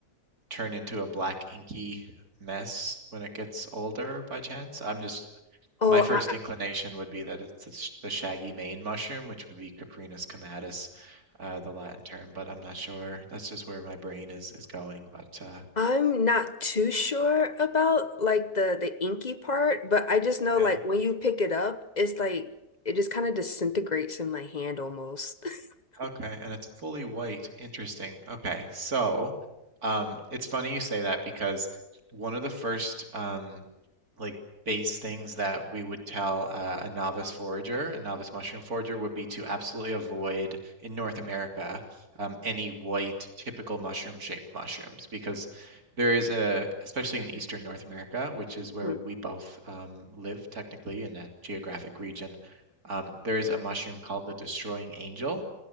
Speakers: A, on the right; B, on the left.
A: turn into a black inky mess when it gets older by chance? I'm just
B: Oh,
A: my
B: I,
A: first inclination would be that it's the sh- the shaggy mane mushroom, which would be Caprinus comatus, uh, the Latin term, but I'm not sure. That's just where my brain is is going, but uh
B: I'm not too sure about like the the inky part, but I just know
A: yeah.
B: like when you pick it up, it's like it just kind of disintegrates in my hand almost. <laughs>
A: Okay, and it's fully white. Interesting. Okay, so um, it's funny you say that because one of the first um, like base things that we would tell uh, a novice forager, a novice mushroom forager, would be to absolutely avoid in North America um, any white typical mushroom-shaped mushrooms because there is a, especially in Eastern North America, which is where
B: Mhm.
A: we both um, live technically in that geographic region. Um, there is a mushroom called the destroying angel